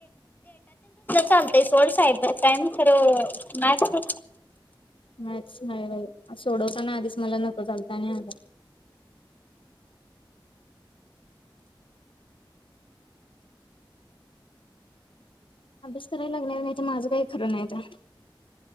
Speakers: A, on the left; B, on the left.
A: चलते थोड साईबर क्राम फर म त.
B: मॅच सोडवताना आधीच मला नकों झालता आणि आलं अभ्यास करायला लागणार नाही तर माझं काही खरं नाही तर.